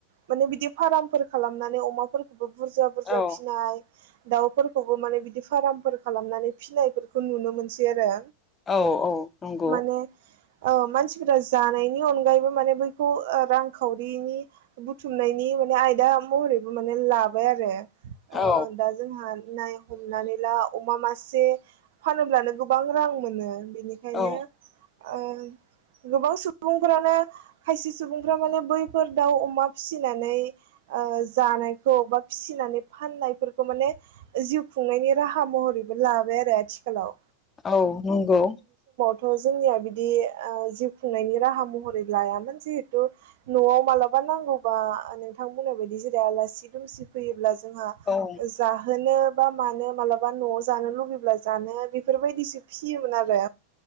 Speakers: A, on the right (about 50°); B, on the left (about 20°).
A: माने बिदि फार्मफोर खालामनानै अमाफोरखौबो, बुरजा बुरजा
B: औ
A: फिनाय दाउफोरखौबो माने बिदि फार्मफोर खालामनानै फिनायफोरखौ नुनो मोनसै आरो
B: औ औ नंगौ
A: माने औ मानसिफोरा जानायनि अनगायैबो माने बैखौ रांखावरिनि बुथुमनायनि माने आयदा महरैबो माने लाबाय आरो ओ
B: औ
A: दा जोंहा नाय हम नानै ला अमा मासे फानोब्लानो गोबां रां मोनो बेनिखायनो
B: औ
A: ओ गोबां सुबुंफ्रानो खायसे सुबुंफ्रा माने बैफोर दाउ अमा फिसिनानै ओ जानायखौ बा फिसिनानै फाननायफोरखौ माने जिउ खुंनायनि राहा महरैबो लाबाय आरो आथिखालाव
B: औ नंगौ
A: थ जोंनिया बिदि जिउ खुंनायनि राहा महरै लायामोन जिहेथु नआव मालाबा नांगौबा नोंथां बुंनाय बायदि जेरै आलासि दुमसि फैयोब्ला जोंहा
B: औ
A: जाहोनो बा मानो मालाबा न'आव जानो लुुबैब्ला जानो बेफोरबायदिसो फिसियोमोन आरो